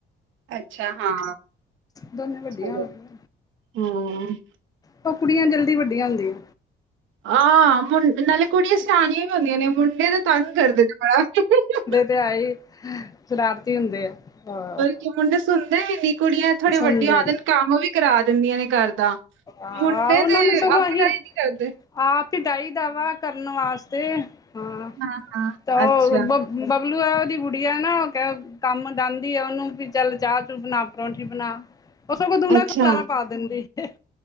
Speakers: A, on the right; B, on the left.
A: ਅੱਛਾ, ਹਾਂ।
B: ਦੋਨੇ ਵੱਡੀਆਂ
A: ਚਲੋ
B: ਹੋ ਗਈਆਂ
A: ਹਮ।
B: ਸਗੋ ਕੁੜੀਆਂ ਜਲਦੀ ਵੱਡੀਆਂ ਹੁੰਦੀਆਂ।
A: ਹਾਂ ਮੁ ਨਾਲੇ ਕੁੜੀਆਂ ਸਿਆਣੀਆਂ ਵੀ ਹੁੰਦੀਆਂ ਨੇ ਮੁੰਡੇ ਦਾ ਤੰਗ ਕਰਦੇ ਨੇ ਬੜਾ ਹਹ
B: ਓ, ਤੇ, ਹੈ, ਈ, ਸ਼ਰਾਰਤੀ ਹੁੰਦੇ ਆ, ਹਾ
A: ਕੇ ਮੁੰਡੇ ਸੁਣਦੇ ਹੈਨੀ, ਕੁੜੀਆਂ ਥੋੜੀਆਂ
B: ਸੁਣਦੇ
A: ਵੱਡੀਆਂ ਹੋ ਜਾਣ ਕੰਮ ਵੀ ਕਰਾ ਦਿੰਦੀਆਂ ਨੇ ਘਾਰ ਦਾ।
B: ਆਹ
A: ਮੁੰਡੇ
B: ਓਨਾਂ
A: ਤੇ
B: ਨੂੰ ਸਗੋਂ
A: ਆਪਣਾ
B: ਅਸੀ
A: ਈ ਨੀ ਕਰਦੇ,
B: ਆਪ ਈ ਡਾਹੀ ਦਾ ਵਾ ਕੰਮ ਕਰਨ ਵਾਸਤੇ, ਹਾਂ,
A: ਹਾਂ-ਹਾਂ,
B: ਤਾਂ ਓ,
A: ਅੱਛਾ।
B: ਬ ਬਬਲੂ ਆ, ਓਦੀ ਗੁੜੀਆ ਨਾ ਉਹ ਕ ਕੰਮ ਡਾਂਦੀ ਆ ਓਨੂੰ ਵੀ ਚੱਲ ਚਾਹ ਬਣਾ ਪਰੌਠੀ ਬਣਾ ਉਹ ਸਗੋਂ ਦੁਗਣਾ
A: ਅੱਛਾ,
B: ਖਲਾਰਾ ਪਾ ਦਿੰਦੀ ਹਹ